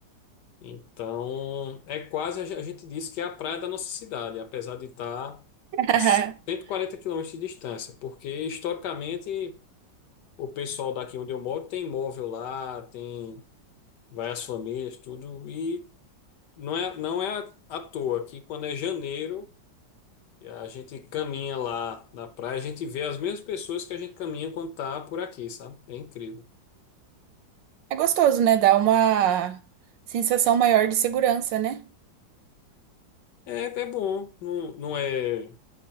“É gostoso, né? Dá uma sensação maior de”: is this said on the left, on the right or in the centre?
Right